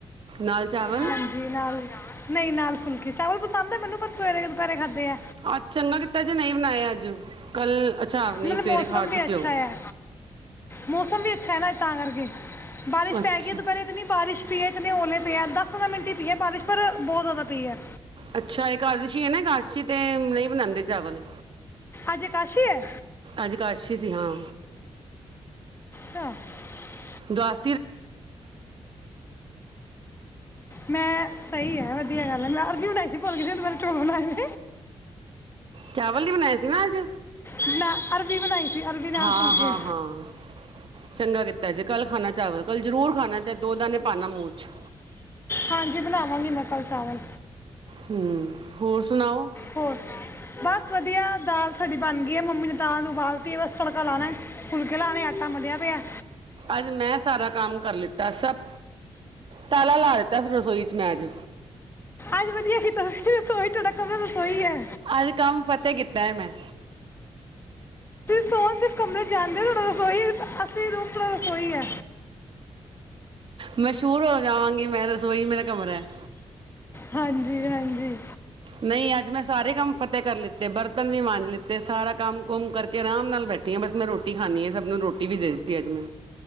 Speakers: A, on the right; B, on the left.
A: ਨਾਲ ਚਾਵਲ
B: ਹਾਂਜੀ, ਦਾਲ-ਚਾਵਲ। ਨਹੀਂ ਨਾਲ ਫੁਲਕੇ ਚਾਵਲ ਪਸੰਦ ਐ। ਮੈਨੂੰ ਪਰ ਸਵੇਰੇ ਦੁਪਹਿਰੇ ਖਾਧੇ
A: ਅੱਜ ਚੰਗਾ ਕੀਤਾ ਜੇ ਨਹੀਂ ਬਣਾਏ ਅੱਜ ਕੱਲ ਅੱਛਾ ਨਹੀਂ
B: ਮਤਲਬ
A: ਸਵੇਰੇ
B: ਮੌਸਮ
A: ਖਾ
B: ਵੀ
A: ਚੁੱਕੇ
B: ਅੱਛਾ
A: ਹੋ
B: ਆ। ਮੌਸਮ ਵੀ ਅੱਛਾ ਹੈ ਨਾ ਤਾਂ ਕਰਕੇ। ਬਾਰਿਸ਼
A: ਅੱਛਾ
B: ਪੈ ਗਈ ਦੁਪਹਿਰੇ ਇ ਤਾਂਨੀ ਬਾਰਿਸ਼ ਪੀ ਐੱਚ ਲੇ ਪਿਆ ਦਸ ਪੰਦਰਾਂ ਮਿੰਟ ਹੀ ਪੀ ਹੈ ਬਾਰਿਸ਼ ਪਰ ਬਹੁਤ ਜ਼ਿਆਦਾ ਪਈ ਹੈ।
A: ਅੱਛਾ ਇਕਾਦਸ਼ੀ ਹੈ ਨਾ ਇਕਾਸ਼ੀ ਤੇ ਨਹੀਂ ਬਣਾਉਦੇ ਚਾਵਲ।
B: ਅੱਜ ਕਾਸ਼ੀ ਹੈ
A: ਅੱਜ ਕਾਾਸ਼ੀ ਸੀ ਹਾਂ।
B: <inaudible>
A: ਦਸ
B: ਮੈਂ ਸਹੀ ਹੈ ਵਧੀਆ ਗੱਲ ਹੈ ਮੈਂ ਵੀ ਬਣਾਈ ਸੀ ਭੁਲ ਗਈ ਦੁਪਹਿਰੇ ਚੋਲ ਬਨਾਏ ਨੇ।
A: ਚਾਵਲ ਵੀ ਬਣਾਏ ਸੀ ਨਾ ਅੱਜ।
B: ਬਣਾ ਅਰਬੀ ਬਣਾਈ ਸੀ ਅਰਬੀ ਨਾਲ
A: ਹਾਂ,
B: ਫੁਲਕੇ
A: ਹਾਂ, ਹਾਂ। ਚੰਗਾ ਕੀਤਾ ਜੇ ਕੱਲ ਖਾਨਾ ਚਾਵਲ ਕੱਲ ਜਰੂਰ ਖਾਣਾ ਚਾਹੇ ਦੋ ਦਾਣੇ ਪਾਣਾ ਮੂੰਹ ਚ।
B: ਹਾਂਜੀ ਬਣਾਵਾਂਗੀ ਮੈ ਕੱਲ ਚਾਵਲ।
A: ਹੂੰ, ਹੋਰ ਸੁਣਾਓ।
B: ਹੋਰ ਬਸ ਵਧੀਆ ਦਾਲ ਸਾਡੀ ਬਣ ਗਈ ਹੈ, ਮੰਮੀ ਨੇ ਦਾਲ ਨੂੰ ਉਬਾਲਤੀ ਹੈ ਬਸ ਤੜਕਾ ਲਾਣਾ ਏ, ਫੁਲਕੇ ਲਾਣੇ ਆਟਾ ਮਲਿਆ ਪਿਆ ਏ।
A: ਅੱਜ ਮੈਂ ਸਾਰਾ ਕੰਮ ਕਰ ਲਿੱਤਾ ਸਭ ਤਾਲਾ ਲਾ ਦਿੱ ਤਾਂ ਸੀ ਰਸੋਈ ਚ ਮੈਂ ਅੱਜ,
B: ਅੱਜ ਵਧੀਆ ਕੀਤਾ ਤੁਸੀਂ ਰਸੋਈ ਤੁਹਾਡਾ ਕਮਰਾ ਰਸੋਈ ਹੈ
A: ਅੱਜ-ਕੰਮ ਫਤਿਹ ਕੀਤਾ ਏ ਮੈਂ।
B: ਸੋਣ ਸਿਰਫ ਕਮਰੇ ਚ ਜਾਂਦੇ ਔ ਤੁਹਾਡਾ ਰਸੋਈ ਅਸਲੀ ਰੂਮ ਤੁਹਾਡਾ ਰਸੋਈ ਐ।
A: ਮਸ਼ਹੂਰ ਹੋ ਜਾਵਾਂਗੀ ਮੈਂ ਰਸੋਈ ਮੇਰਾ ਕਮਰਾ ਹੈ।
B: ਹਾਂਜੀ-ਹਾਂਜੀ।
A: ਨਹੀਂ ਅੱਜ ਮੈਂ ਸਾਰੇ ਕੰਮ ਫ਼ਤਿਹ ਕਰ ਲਿੱਤੇ, ਬਰਤਨ ਵੀ ਮਾਂਜ ਲਿੱਤੇ ਸਾਰਾ ਕੰਮ-ਕੁਮ ਕਰਕੇ ਆਰਾਮ ਨਾਲ ਬੈਠੀ ਆ, ਬਸ ਮੈਂ ਰੋਟੀ ਖਾਣੀ ਆ, ਸਭ ਨੂੰ ਰੋਟੀ ਵੀ ਦੇ ਦਿੱਤੀ ਅੱਜ ਮੈਂ।